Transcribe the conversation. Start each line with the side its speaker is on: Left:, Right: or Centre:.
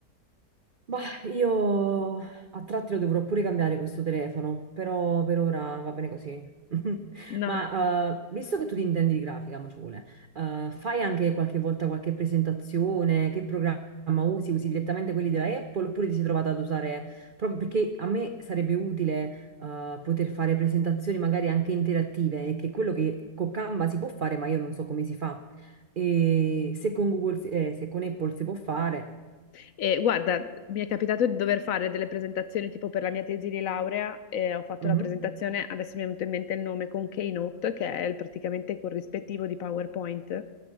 Right: Bah, io a tratti lo dovrò pure cambiare questo telefono, però per ora va bene così. <laughs>
Left: No.
Right: Ma
Left: no.
Right: eh, visto che tu ti intendi di grafica, mo ci vuole, eh, fai anche qualche volta qualche presentazione? Che programma usi? Usi direttamente quelli della Apple oppure ti sei trovata ad usare proprio perché a me sarebbe utile eh, poter fare presentazioni magari anche interattive, e che è quello che con Canva si può fare, ma io non so come si fa. E se con Google, si- eh, se con Apple si può fare.
Left: E guarda, mi è capitato di dover fare delle presentazioni tipo per la mia tesi di laurea e ho fatto
Right: Mhm.
Left: la presentazione, adesso mi è venuto in mente il nome, con Keynote, che è il- praticamente il corrispettivo di PowerPoint